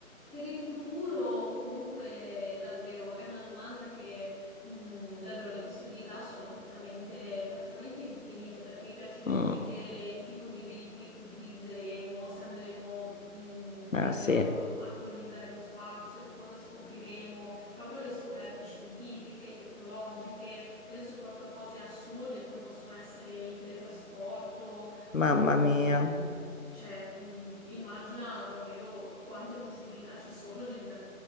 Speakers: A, in the centre; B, on the left (about 65°).
A: per il futuro, comunque, davvero è una domanda che mh, davvero le possibilità sono praticamente, praticamente infinite, perché mi piacerebbe
B: Mm,
A: vedere il tipo di veicoli che utilizzeremo, o se andremo mh,
B: Eh
A: davvero
B: sì,
A: a, colo- a colonizzare lo spazio, che cosa scopriremo, proprio le scoperte scientifiche, tecnologiche, penso proprio a cose assurde come possono essere il teletrasporto o
B: mamma mia,
A: mh, cioè, mh, immagina davvero quante possibilità ci sono nel,